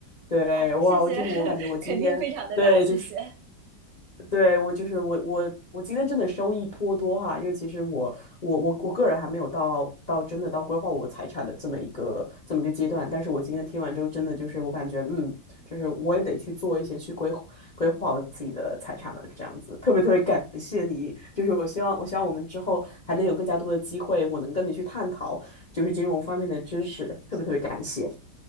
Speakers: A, on the left; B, on the right.
A: 对，
B: 啊，
A: 哇，
B: 谢谢，
A: 我就是我感觉我今天对就是。
B: <laughs> 肯定非常的大，谢谢。
A: 对，我就是我我我今天真的收益颇多哈，因为其实我我我我个人还没有到到真的到规划我财产的这么一个这么一个阶段，但是我今天听完之后，真的就是我感觉嗯，就是我也得去做一些去规划规划我自己的财产了，这样子特别特别感谢你，就是我希望我希望我们之后还能有更加多的机会，我能跟你去探讨就是金融方面的知识，特别特别感谢。